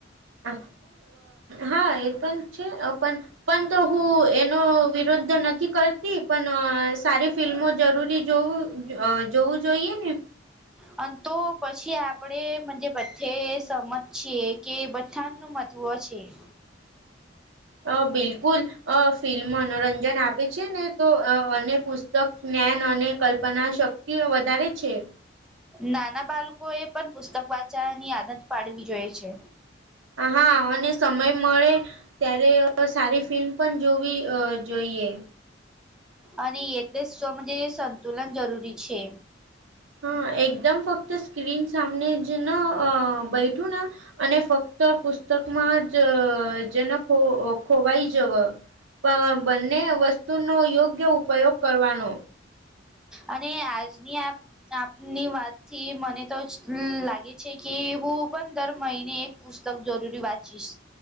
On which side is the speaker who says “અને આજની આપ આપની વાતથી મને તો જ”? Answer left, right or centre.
Centre